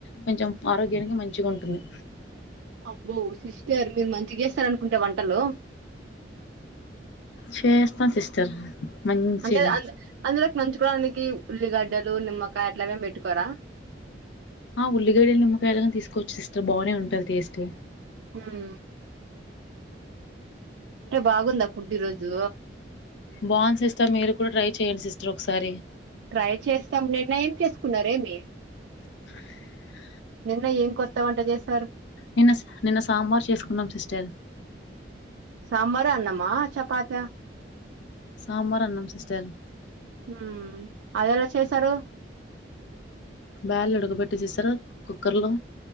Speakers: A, on the left; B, on the right.
A: కొంచెం ఆరోగ్యానికి మంచిగా ఉంటుంది
B: అబ్బో సిస్టర్ మీరు మంచిగా చేస్తార అనుకుంటా వంటలు
A: చేస్తా సిస్టర్ మంచిగా
B: అంటే అందు అందులోకి నంచుకోవడానికి ఉల్లిగడ్డలు నిమ్మకాయ అట్లావేమి పెట్టుకోరా
A: ఆ ఉల్లిగాడయలు నిమ్మకాయలాగాని తీసుకోవచ్చు సిస్టర్ బాగానే ఉంటుది టేస్ట్
B: ఉం అంటే బాగుందా ఫుడ్ ఈ రోజు
A: బాగుంది సిస్టర్ మీరు కూడా ట్రై చెయ్యండి సిస్టర్ ఒకసారి
B: ట్రై చేస్తాం నిన్న ఏం చేసుకున్నారేమి
A: స
B: నిన్న ఏం కొత్త వంట చేసే
A: నిన్న నిన్న సాంబార్ చేసుకున్నాం సిస్టర్
B: సాంబార్ అన్నమ్మా చపాత
A: సాంబార్ అన్నం సిస్టర్
B: ఉం అది ఎలా చేసారు
A: బ్యాల్ వుడగబెట్టేసస్తారా కుక్కర్ లో